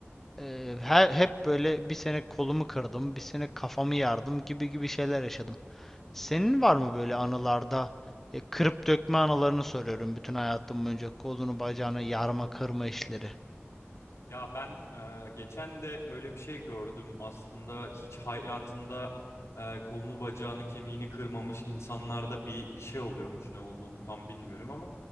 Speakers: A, in the centre; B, on the left.
A: E, he- hep böyle bir sene kolumu kırdım, bir sene kafamı yardım gibi gibi şeyler yaşadım. Senin var mı böyle anılarda e, kırıp dökme anılarını soruyorum bütün hayatım boyunca kolunu bacağını yarma kırma işleri.
B: Ya ben e, geçen de öyle bir şey gördüm. Aslında hiç hayatında e, kolunu bacağını kemiğini kırmamış insanlarda bir bir şey oluyormuş. Ne olduğunu tam bilmiyorum ama